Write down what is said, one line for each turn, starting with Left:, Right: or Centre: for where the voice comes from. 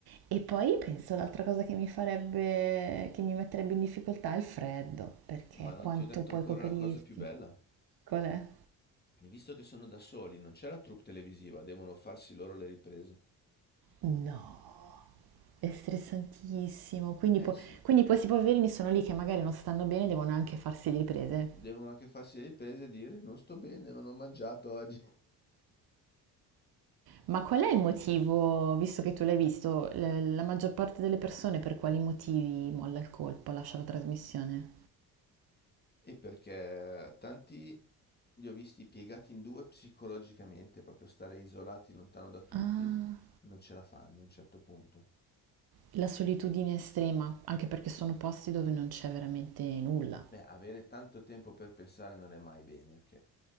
Right: E poi penso l'altra cosa che mi farebbe, che mi metterebbe in difficoltà è il freddo, perché
Left: Ma non
Right: quanto
Left: ti ho detto
Right: puoi
Left: ancora
Right: coprirti?
Left: la cosa più bella.
Right: Qual è?
Left: Visto che sono da soli, non c'è la troupe televisiva, devono farsi loro le riprese.
Right: No. È stressantissimo, quindi,
Left: Eh
Right: po-
Left: sì,
Right: quindi questi poverini sono lì che magari non stanno bene e devono anche farsi le riprese.
Left: devono anche farsi le riprese e dire non sto bene, non ho mangiato oggi.
Right: Ma qual è il motivo, visto che tu l'hai visto, l- la maggior parte delle persone per quali motivi molla il colpo, lascia la trasmissione?
Left: E perché tanti li ho visti piegati in due psicologicamente, proprio stare isolati lontano da tutti,
Right: Ah,
Left: non ce la fanno a un certo punto.
Right: la solitudine estrema, anche perché sono posti dove non c'è veramente nulla.
Left: Beh, avere tanto tempo per pensare non è mai bene, ok?